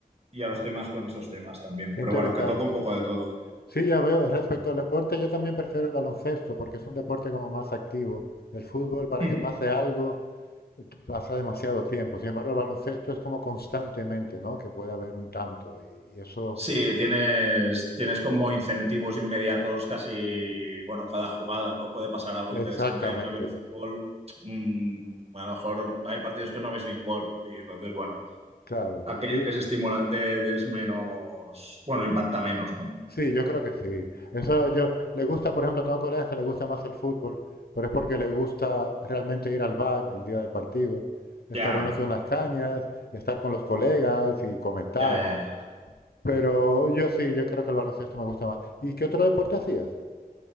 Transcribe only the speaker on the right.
Y ahora
estoy más
con esos temas también.
Pero
bueno, que toco un poco de todo.
Ujú.
Sí, tienes, tienes como incentivos inmediatos casi, bueno, cada jugada, ¿no? Puede pasar algo interesante.
En cambio, en fútbol, mm, a lo mejor hay partidos que no ves ni un gol. Y entonces, bueno,
aquello
que es estimulante es menos, bueno, impacta menos, ¿no?
Ya,
ya, ya, ya.